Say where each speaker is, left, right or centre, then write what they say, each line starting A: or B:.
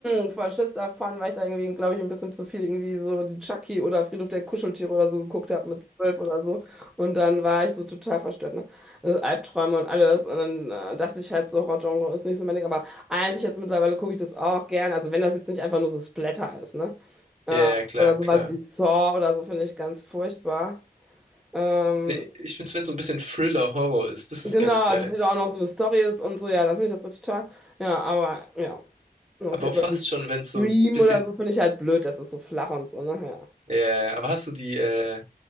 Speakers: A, in the centre; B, on the right (about 45°).
A: ich <clears throat> voll Schiss davon, weil ich da irgendwie, glaube ich, ein bisschen zu viel irgendwie so die Chucky oder Friedhof der Kuscheltiere oder so geguckt habe mit zwölf oder so. Und dann war ich so total verstört, ne? Also Albträume und alles. Und dann äh, dachte ich halt so, Horror-Genre ist nicht so mein Ding. Aber eigentlich jetzt mittlerweile gucke ich das auch gern. Also wenn das jetzt nicht einfach nur so Splatter ist, ne? Äh,
B: Ja, ja, klar,
A: oder sowas
B: klar.
A: wie Saw oder so finde ich ganz furchtbar. Ähm,
B: Nee, ich finde es, wenn es so ein bisschen Thriller-Horror ist, das
A: Genau,
B: ist ganz geil.
A: also wie da auch noch so eine Story ist und so, ja, das finde ich das richtig toll. Ja, aber ja. Auf
B: Aber
A: jeden
B: auch
A: Fall
B: fast
A: so
B: schon, wenn es so
A: Scream
B: ein bisschen
A: oder so finde ich halt blöd, das ist so flach und so, ne?
B: Ja, ja, aber hast du die, äh,